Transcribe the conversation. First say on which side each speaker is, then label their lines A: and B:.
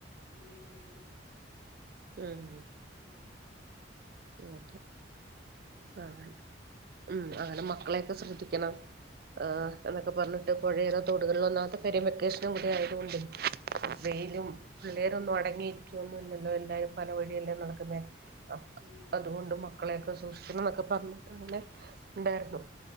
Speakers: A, on the right (about 30°); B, on the right (about 50°).
A: അങ്ങനെയൊക്കെയാണ്
B: ഉം
A: ഉം
B: <inaudible>
A: <unintelligible> ചൂട്
B: ആഹ് ഉം അങ്ങനെ മക്കളെയൊക്കെ ശ്രദ്ധിക്കണം ആഹ് എന്നൊക്കെപർന്
A: ഓ
B: പൊഴേടെ തൊടുകളോന്നാത്തെ പെരേവെക്കേഷനും കൂടി ആയത്കൊണ്ട്
A: അതെ
B: വെയ്ലും
A: അതെ അതെ
B: പിള്ളേരൊന്നും അടങ്ങിയിരിക്കുവോന്നുഇല്ലല്ലോ എല്ലാരുംപലവഴിയെല്ലേനടക്കുന്നെ അപ
A: ഉം
B: അതുകൊണ്ട് മക്കളെക്കെ സൂക്ഷിക്കണം എന്നൊക്കെ പറഞ്ഞിട്ട് അങ്ങനെണ്ടാര്ന്നു